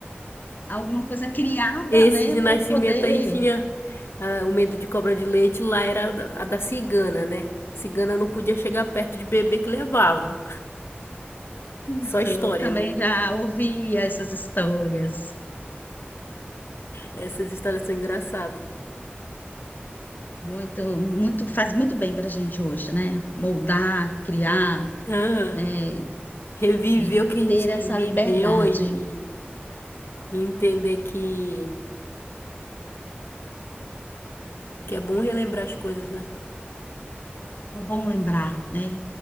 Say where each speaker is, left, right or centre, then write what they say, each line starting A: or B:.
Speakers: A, on the left; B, on the left.
A: alguma coisa criada,
B: Esse
A: né,
B: de nascimento
A: para poder
B: aí tinha ah, o medo de cobra de leite, lá era a da- a da cigana, né? A cigana não podia chegar perto de bebê que levava. Só
A: Isso,
B: história,
A: também
B: né?
A: já ouvi essas histórias.
B: Essas histórias são engraçadas.
A: Muito, muito, faz muito bem para a gente hoje, né? Moldar, criar,
B: Aham.
A: né?
B: Reviver
A: E
B: o que a gente
A: ter essa
B: viveu
A: liberdade.
B: e, e- e entender que, que é bom relembrar as coisas, né?
A: É bom lembrar, né?